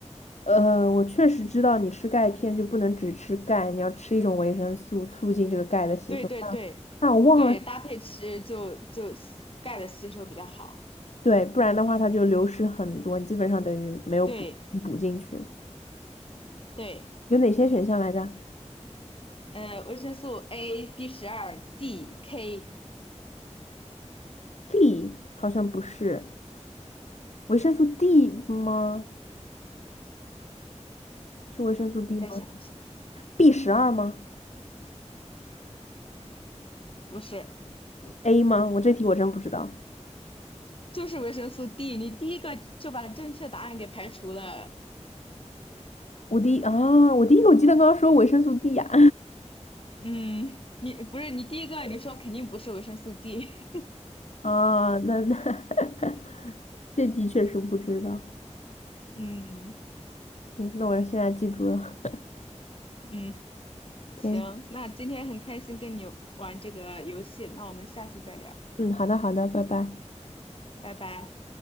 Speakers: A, on the left (about 70°); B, on the left (about 50°).
A: 呃，我确实知道你吃钙片就不能只吃钙，你要吃一种维生素，促进这个钙的吸收。
B: 对对对对，
A: 但我忘了，
B: 搭配吃就就钙的吸收比较好。
A: 对，不然的话它就流失很多，基本上等于没有补补进去。
B: 对对，
A: 有哪些选项来着
B: 呃，维生素 A、B 十二、D、K，
A: d 好像不是维生素 D 吗？是维生素 D
B: 你再想一想，
A: 吗？B 十二吗
B: 不是，
A: ？A 吗？我这题我真不知道。
B: 就是维生素 D，你第一个就把正确答案给排除了。
A: 我第一啊，我第一口记得刚刚说维生素 D 呀、
B: 嗯，你不是你第一个，你说肯定不是维生素 D。
A: <laughs> 啊，那那 <laughs>
B: <laughs>
A: 这题确实不知道。
B: 嗯
A: 行，那我现在记住了。<laughs>
B: 嗯，行，
A: OK，
B: 那今天很开心跟你玩这个游戏，那我们下次再聊，
A: 嗯，好的好的，拜拜。
B: 拜拜。